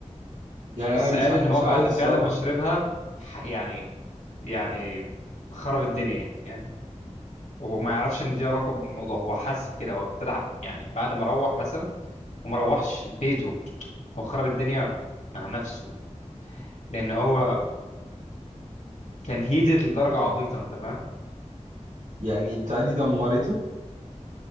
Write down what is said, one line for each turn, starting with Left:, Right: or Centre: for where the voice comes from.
Right: يعني
Left: بس
Right: انا مش
Left: قال
Right: ع...
Left: ان
Right: مش
Left: هو
Right: عايز
Left: بعد
Right: اشربها
Left: فعلا ما شربها ح- يعني يعني خرب الدنيا يعني وهو ما يعرفش ان دي علاقه بالموضوع هو حاسس كده هو ابتدى يعني بعد ما روح مثلا وما روحش بيته هو خرب الدنيا مع نفسه لان هو كان هيتد لدرجه عبيطه انت فاهم
Right: يعني البتاع دي دمرته